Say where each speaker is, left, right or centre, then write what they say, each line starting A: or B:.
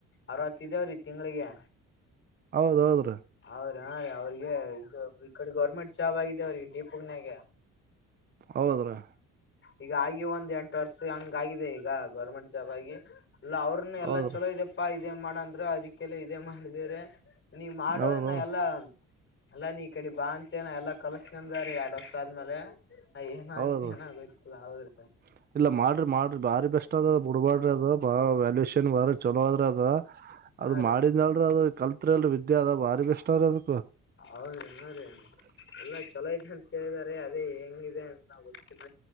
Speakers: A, on the left; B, on the right.
A: ಅರವತ್ ಇದೇವ್ರೀ ತಿಂಗಳಿಗೆ
B: ಹೌದೌದ್ರೀ
A: ಅವ್ರ ಅವ್ರಿಗೆ ಇದು ಈ ಕಡೆ ಗೋರ್ಮೆಂಟ್ ಜಾಬ್ ಆಗಿದೆ ಅವ್ರಿಗೆ ಡಿಪುಗನ್ಯಾಗ
B: ಹೌದ್ರಾ
A: ಈಗ ಆಗಿ ಒಂದ್ ಎಂಟು ವರ್ಷ ಹಂಗ ಆಗಿದೆ ಈಗ ಗೌರ್ಮೆಂಟ್ ಜಾಬ್ ಆಗಿ ಅಲ್ಲ ಅವ್ರನ್ನ ಎಲ್ಲ
B: ಹೌದ್ರಿ
A: ಚಲೋ ಇದಪ್ಪಾ ಇದೇ ಮಾಡಂದ್ರರು ಅದಕ್ಕೆಲ್ಲ ಇದೇ ಮಾಡಿದೇವ್ರಿ ನೀ ಮಾಡೋ
B: ಹೌದ್ರಿ ಹೌದೌದ್
A: ನಾ ಎಲ್ಲಾ ಎಲ್ಲಾ ನೀ ಈ ಕಡೆ ಬಾ ಅಂತ ನನ್ ಎಲ್ಲಾ ಕಲಸ್ತಂದೀ ಎರಡ್ ವರ್ಷ ಆದ್ಮೇಲೆ ನಾ ಏನ
B: ಹೌದು
A: ಆಗ್ತಿ ಏನ ಗೊತ್ತಿಲ್ಲ ಹೌದ್ರಿ
B: <inaudible> ಇಲ್ಲ ಮಾಡ್ರಿ ಮಾಡ್ರಿ ಬಾರಿ ಬೆಸ್ ಆದ ಬಿಡ್ಬಾಡ್ರಿ <unintelligible> ವಲ್ಯೂಷನ್ ಬಾರಿ ಚಲೋ ಅದ್ರೆ ಅದ
A: ಹಾ
B: ಅದು
A: ರೀ
B: ಮಾಡಿದ ಅಲ್ ಅದು ಕಲ್ತ್ರಿ ಅಲ್ ಅ ಅದ ಬಾರಿ ಬೆಸ್ಟ್ ದ ಅದು
A: ಹೌದನೋರ್ ರಿ ಎಲ್ಲ ಚಲೋ ಇದೆ ಅಂತೇಳಿದಾರೆ ಅದೇ ಹೆಂಗಿದೆ <inaudible>